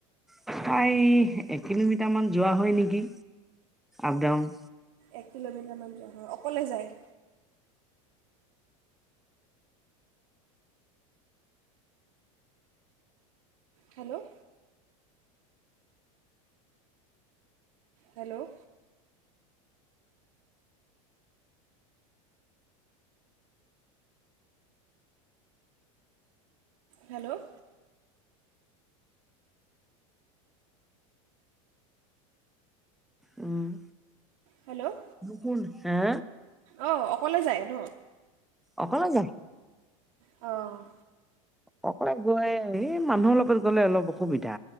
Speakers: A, in the centre; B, on the right.
A: প্ৰায় এক কিলোমিটাৰ মান যোৱা হয় নেকি আপ ডাউন।
B: এক কিলোমিটাৰমান যোৱা হয় অকলে যায়, হেল্ল' হেল্ল' হেল্ল'
A: উম
B: হেল্ল'
A: কোন হে,
B: অঁ অকলে যায় ন?
A: অকলে যাম।
B: অঁ
A: অকলে গৈ এই মানুহৰ লগত গ'লে অলপ, অসুবিধা